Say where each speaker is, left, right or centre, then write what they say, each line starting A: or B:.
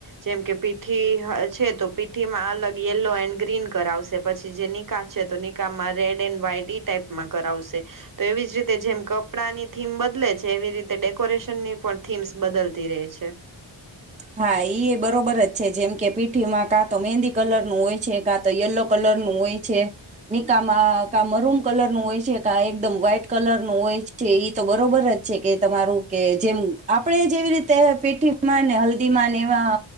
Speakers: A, on the right; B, on the right.
A: જેમ કે પીઠી હ છે તો પીઠી માં અલગ યેલો એન્ડ ગ્રીન કરાવશે. પછી જે નિકાહ છે તો નિ કાહ માં રેડ એન્ડ વ્હાઈટ ઈ ટાઈપમાં કરાવશે તો એવીજ રીતે જેમ કપડા ની થીમ બદલે છે, એવી રીતે ડેકોરેશનની પણ થીમ્સ બદલતી રહે છે.
B: હા, ઈ એય બરોબર જ છે જેમ કે પીઠીમાં કાંતો મહેંદી કલર નું હોય છે, કાંતો યેલો કલરનું હોય છે, નિકાહ માં કા મરૂમ કલરનું હોય છે, કા એકદમ વ્હાઈટ કલર નું હોય છે. ઈ તો બરોબર જ છે કે તમારું કે જેમ આપડે જેવી રીતે પીઠીમાં ને હલ દીમાં ને એવા